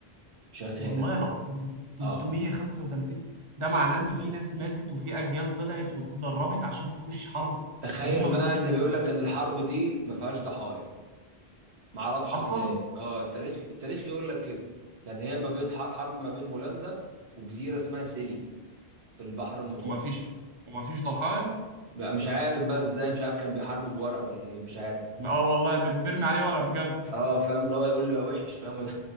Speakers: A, on the right; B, on the right.
A: شغاله
B: والله العظيم 335
A: اه
B: ده معناه ان في ناس ماتت وفي اجيال طلعت واتدربت عشان تخش حرب
A: تخيل
B: وهم
A: بقى
B: ما لهمش
A: ان
B: ذنب
A: بيقول لك ان الحرب دي ما فيهاش ضحايا ما اعرفش
B: اصلا
A: ازاي اه التاريخ التاريخ يقول لك كده كانت هي ما بين حر- حرب ما بين هولندا وجزيره اسمها سيلي في البحر المتوسط
B: وما فيش وما فيش ضحايا
A: بقى مش عارف بقى ازاي مش عارف كان بيحاربوا بورق ولا ايه مش عارف
B: اه والله بي- بيرمي عليه ورق بجد
A: اه فاهم اللي هو يقول لي يا وحش فاهم <laughs>